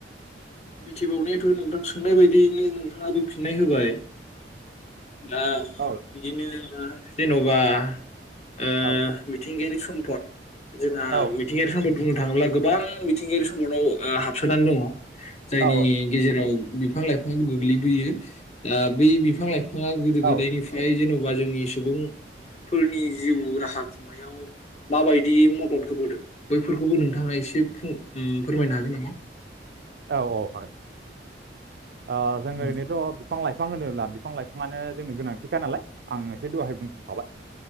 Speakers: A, on the left; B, on the right.
A: मिथिबावनायाथ नोंथां सोंनाय बायदियैनो नोंथाङाबो फिननाय होबाय दा
B: औ
A: बिदिनो जेनबा ओ
B: औ
A: मिथिंगायारि सम फद जोंहा
B: औ
A: मिथिंगायारि समनि बुंनो थाङोब्ला गोबां मिथिंगायारि समावनाव हाबसोनानै दङ। जायनि
B: औ
A: गेजेराव बिफां लाइफाङा गोग्लैबोयो दा बै बिफां लाइफां बिथाङा गोदो गोदायनिफ्राय
B: औ
A: जेनबा जोंनि सुबुंफोरनि जिउ राहा खुंनायाव माबायदि मदद होबोदों बैफोर फोरखौबो नोंथाङा एसे उम फोरमायनो हागोन नामा?
B: औ औ हागोन ओ जोङो
A: औ
B: ओरैनोथ' बिफां लाइफां होनोब्ला बिफां लाइफाङानो जोंनो गोनांथिखा नालाय आं एसे दहाय बुंखांखाबाय